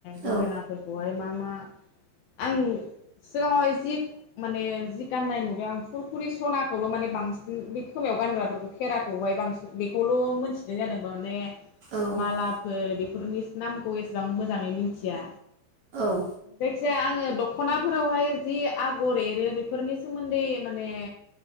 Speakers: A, on the left (about 80°); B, on the right (about 55°).
A: गहेनाफोरखौ
B: औ
A: हाय मा मा आं सिगाङावहाय जि माने जि गाननाय नुदों फुरफुरि सनाखौल माने बांसिन बे खोमायाव गानग्राफोरखौ खेराखौहाय बांसिन बेखौल मोनथिनाय जादों माने
B: औ
A: मालाफोर बे बेफोरनि नामखौ एसेबां मोजाङै मिथिया
B: औ
A: जायखि जाया आं दखनाफोरावहाय जि आगर एरो बेफोरनि सोमोन्दै माने